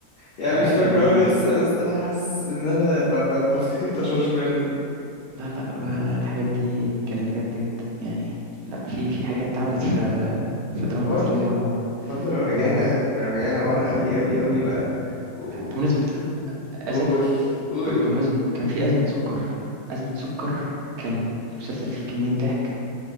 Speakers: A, on the left; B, on the right.
A: يعني
B: لا
A: مش
B: لا
A: فاكره
B: كان لذيذ
A: أوي لسه بس انا حاسس ان انا ب- ب- بفتكر طشاش منه
B: لا لا ما- الحاجات دي كانت جامدة جدا يعني لا في في حاجات اتعملت في في الدراما
A: برضو
B: المصرية
A: برضو لو رجعنا
B: مرعبة
A: لو رجعنا ورا قوي قوي قوي بقى قول
B: بمناسبة
A: قول
B: آسف
A: قول
B: ب-
A: قول
B: بمناسبة كان في أزمة سكر أزمة سكر كان مسلسل فيه كمية ضحك